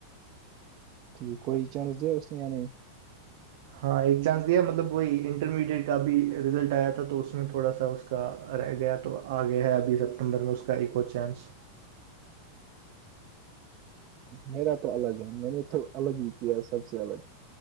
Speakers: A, on the right; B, on the right.
A: ٹھیک کوئی چانس دے اس نے یع
B: ہاں ایک چانس دیا مطلب وہی انٹرمیڈیٹ کا بھی رزلٹ آیا تھا تو اس میں تھوڑا سا اس کا اس کا رہ گیا تو آگیا ہے ابھی سپٹمبر میں اس کا ایکو چانس
A: میرا تو الگ ہے میں نے تو الگ ہی کیا سب سے الگ